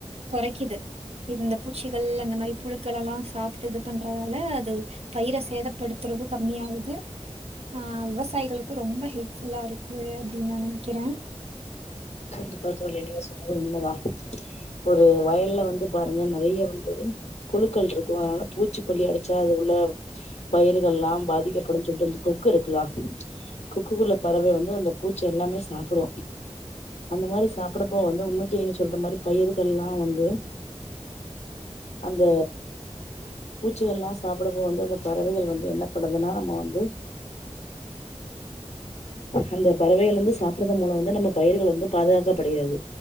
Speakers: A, on the right; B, on the left.
A: கொறைக்குது இந்த பூச்சிகள் அந்த மாரி புழுக்கள் எல்லா சாப்ட்டு இது பண்றதால அது பயிர சேதப்படுத்துற து கம்மியாகுது ஆ விவசாயிகளுக்கு ரொம்ப ஹெல்ப்ஃபுல்லா இருக்கு அப்டி நா நெனைக்கிறே
B: கண்டிப்பா தோழி நீங்க சொன்னதும் உண்மதா ஒரு வயல்ல வந்து பாருங்க நறைய வந்து புழுக்கள்ருக்கும் அதனால பூச்சிக்கொல்லி அடைச்சா அது உள்ள பயிர்கள்லா பாதிக்கப்படும்னு சொல்ட்டுந்த கொக்கு இருக்குல கொக்குக்குள்ள பறவை வந்து அந்த பூச்சி எல்லாமே சாப்பிடு அந்த மாரி சாப்பிடப்போ வந்து உண்மைக்கே நீங்க சொல்ற மாரி பயிர்கள்லா வந்து அந்த பூச்சிகள்லா சாப்பிடப்போ வந்து அந்த பறவைகள் வந்து என்ன பண்னுதுனா நம்ம வந்து அந்த பறவைகள் வந்து சாப்பிடுறது மூலம் வந்து நம்ம பயிர்கள் வந்து பாதுகாக்கப்படுகிறது